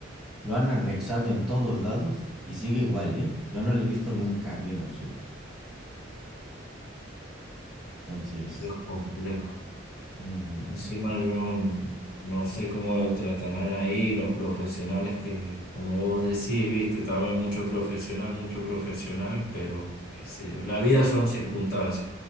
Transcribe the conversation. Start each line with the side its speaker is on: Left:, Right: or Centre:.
Centre: Lo han anexado en todos lados y sigue igual, ¿eh? Yo no le he visto ni un cambio en absoluto. Entonces,
Left: es complejo.
Centre: ujú,
Left: Encima yo n- no sé cómo lo tratarán ahí los profesionales que, como vos decís, ¿viste? También mucho profesional, mucho profesional, pero qué sé yo. La vida son circunstancias.